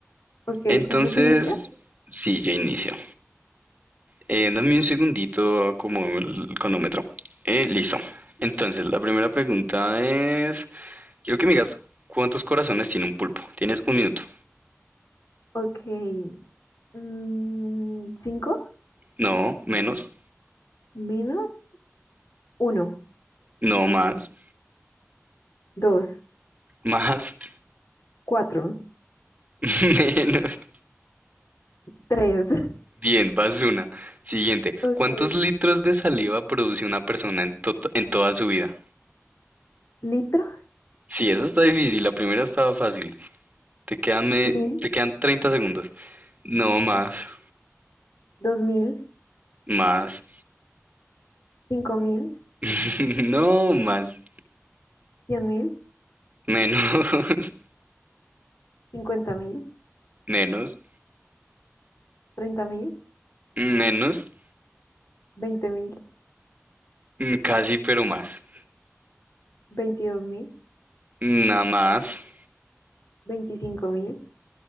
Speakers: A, on the left (about 75°); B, on the right (about 30°).
A: Ok,
B: entonces,
A: entonces inicias.
B: sí, yo inicio. Eh, dame un segundito como el cronómetro. Eh, listo. Entonces, la primera pregunta es, quiero que me digas cuántos corazones tiene un pulpo. Tienes un minuto.
A: Ok, mm, ¿cinco?
B: No, menos.
A: ¿Menos? Uno,
B: No más.
A: dos,
B: Más.
A: cuatro,
B: <laughs> Menos.
A: tres. <laughs>
B: Bien, vas una. Siguiente.
A: Okay.
B: ¿Cuántos litros de saliva produce una persona en, to- en toda su vida?
A: Litros,
B: Sí, esa está difícil. La primera estaba fácil. Te quedan, me-
A: mil,
B: te quedan 30 segundos. No más.
A: dos mil,
B: Más.
A: cinco mil,
B: <laughs> No más.
A: cien mil,
B: Menos,
A: cincuenta mil,
B: <laughs> menos,
A: treinta mil,
B: menos,
A: veinte mil,
B: mm, casi pero más.
A: veintidós mil,
B: Nada más.
A: veinticinco mil.